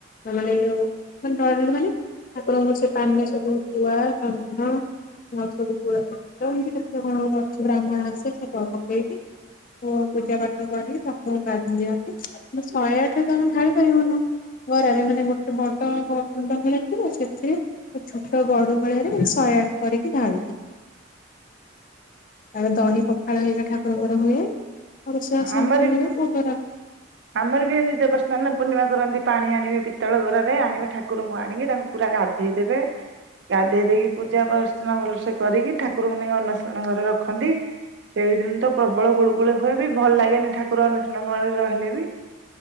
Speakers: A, on the left; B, on the right.
A: ମାନେ <unintelligible> ମାନେ ଆପଣଙ୍କ ସେ ପାନ ସବୁ ଛୁଆ ଚନ୍ଦନ ଆଉ ସବୁ ପୋଳା କର। କେମିତି କେତେ କଣ ଅଛି ବ୍ରାହ୍ମଣ ଆସେ, ସେ କଣ ପକେଇକି ହୁ ପୂଜା ପାଠ କରି ଠାକୁରଙ୍କୁ ଗାଧେଇ ଦିଅନ୍ତି ମୁ ଶହେ ଆଠ ପାଣି ଢାଳିପାରିବୁନୁ। ଗରାରେ ମାନେ ଗୋଟେ ବଡ କୁଣ୍ଡ କରିଥିବେ ସେଥିରେ ଛୋଟ ଗଡୁ ବେଳେରେ ଶହେ ଆଠ କରିକି ଢାଳୁଛିି। ତାପରେ ଦହି ପଖାଳ ହେଇା ଠାକୁରଙ୍କର ହୁଏ ଅ ରୋଷେଇ ବାସ
B: ଆମର
A: ଏମିତି ହୁଏ, ଭୋଗ ରାଗ
B: ଆମର ବି ଏମତି ଦେବସ୍ନାନ ପୂର୍ଣ୍ଣିମା କରନ୍ତି, ପାଣି ଆଣିବେ ପିତଳ ଗରାରେ ଆଣିବେ ଠାକୁର ମୁହଁ ଆଣିକି ତାଙ୍କୁ ପୁରା ଗାଧେଇ ଦେବେ ଗାଧେଇ ଦେଇକି ପୂଜାଚ୍ଚନା ଭଲସେ କରିକି ଠାକୁରଙ୍କୁ ନେଇ ଅନସରଣ ଘରେ ରଖନ୍ତି। ସେଇଦିନ ତ ପ୍ରବଳ ଗୁଳୁ ଗୁଳୁ ହୁଏ ବି ଭଲ ଲାଗେନି ଠାକୁର ଅନସରଣରେ ରହିଲେ